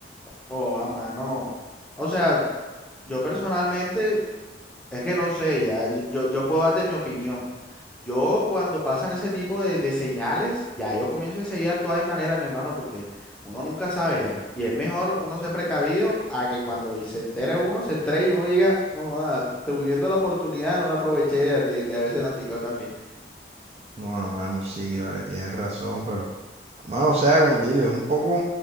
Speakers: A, in the centre; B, on the right (about 35°).
A: Oh, a mano. O sea, yo personalmente, es que no sé, ya, y- yo, yo puedo darte mi opinión. Yo cuando pasan ese tipo de, de señales, ya yo comienzo enseguida a actuar de mi manera, mi hermano, porque uno nunca sabe ya. Y es mejor uno ser precavido a que cuando y se entere uno, se estrelle y uno diga, oh, ah, estoy viendo la oportunidad, no la aproveché de, de, de haberse la aplicado también.
B: No, mano, sí, vale, tienes razón, pero. Mano, o sea, como te digo, es un poco,